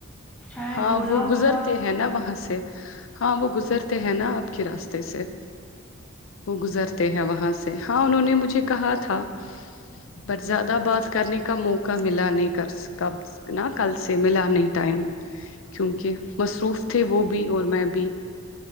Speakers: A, in the centre; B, on the left.
A: شاید
B: ہاں
A: بولا
B: وہ
A: ہوگا
B: گزرتے ہیں نا وہاں سے ہاں وہ گزرتے ہیں نا آپ کے راستے سے وہ گزرتے ہیں وہاں سے ہاں انہوں نے مجھے کہا تھا پر زیادہ بات کرنے کا موقع ملا نہیں کر کب نا کل سے ملا نہیں ٹائم کیونکہ مصروف تھے وہ بھی اور میں بھی